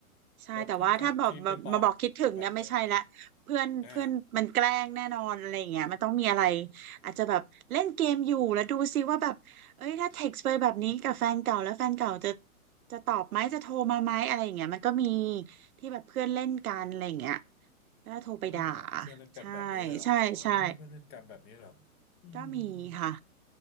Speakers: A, on the right (about 75°); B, on the left (about 25°).
A: ใช่แต่ว่าถ้าบอกแบบมาบอกคิดถึงเนี่ยไม่ใช่ละเพื่อนเพื่อนมันแกล้งแน่นอนอะไรอย่างเงี้ยมันต้องมีอะไร
B: แล้วถ้าการที่ไปตอบแบบนั้นเนี่ยอ่า
A: อาจจะแบบเล่นเกมอยู่แล้วดูซิว่าแบบเอ้ยถ้าเท็กซ์ไปแบบนี้กับแฟนเก่าแล้วแฟนเก่าจะจะตอบไหมจะโทรมาไหมอะไรอย่างเงี้ยมันก็มีที่แบบเพื่อนเล่นกันอะไรอย่างเงี้ยแล้วโทรไปด่า
B: อ๋อเหรอมีเพื่อนเล่นกันแบบนี้ด้วยเหรออ๋อมีเพื่อนเล่นกันแบบนี้เหรอ
A: ใช่ใช่ใช่
B: อืมอืมอืม
A: ก็มีค่ะ